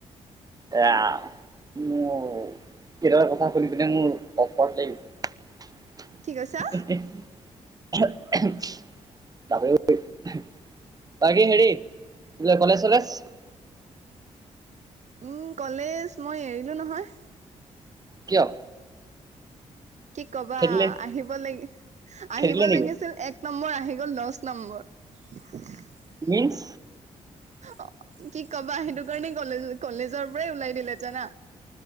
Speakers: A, on the right; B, on the right.
A: এ আ মোৰ কেইনটামান কথা শুনি পিনে মোৰ অকৱাত লাগ গৈছে। <inaudible>
B: কি কৈছা
A: <unintelligible> বাকী হেৰি বোলে কলেজ চলেজ?
B: উম কলেজ মই এৰিলো নহয়!
A: কিয়?
B: কি কবা
A: খেদিলে
B: আহিব লাগি আহিব
A: খেদিলে নেকি
B: লাগিছিল এক নম্বৰ আহি গ'ল দচ নম্বৰ। <unintelligible>
A: মিঞ্ছ?
B: অঁ, কি কবা সেইটো কাৰণে কলেজ কলেজৰ পৰাই ওলাই দিলে জানা?